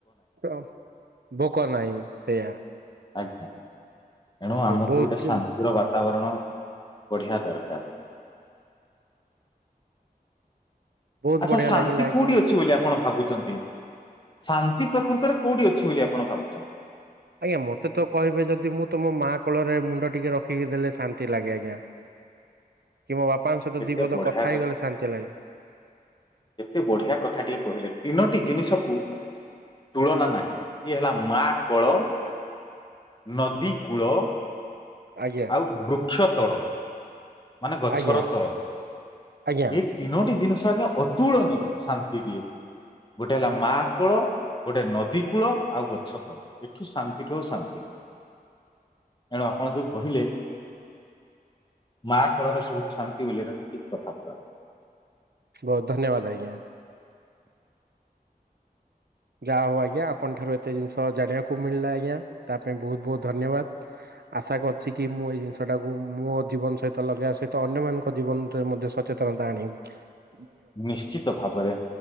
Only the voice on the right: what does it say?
ତ ଭୋକ ନାହିଁ ସେୟଆ।
ବହୁତ
ବହୁତ
ବଢିଆ
ଲାଗିଲା ଆଜ୍ଞା।
ଆଜ୍ଞା ମତେ ତ କହିବେ ଯଦି ମୁଁ ତମ ମାଆ କୋଳରେ ମୁଣ୍ଡ ଟିକେ ରଖିକି ଦେଲେ ଶାନ୍ତି ଲାଗେ ଆଜ୍ଞା। କି ମୋ ବାପାଙ୍କ ସହିତ
ଦି ପଦ
କଥା ହେଇଗଲେ ଶାନ୍ତି ଲାଗେ।
ଆଜ୍ଞା।
ଆଜ୍ଞା
ଆଜ୍ଞା
ବୋହୁତ ଧନ୍ୟବାଦ ଆଜ୍ଞା। ଯାହା ହୋଉ ଆଜ୍ଞା ଆପଣ ଠାରୁ ଏତେ ଜିନିଷ ଜାଣିବାକୁ ମିଳିଲା ଆଜ୍ଞା ତା ପାଇଁ ବୋହୁତ ବୋହୁତ ଧନ୍ୟବାଦ। ଆଶା କରିଛି କି ମୁଁ ଏଇ ଜିନିଷଟାକୁ ମୋ ଜୀବନ ସହିତ ଲଗାଇବା ସହିତ ଅନ୍ୟମାନଙ୍କ ଜୀବନରେ ମଧ୍ୟ ସ <unintelligible>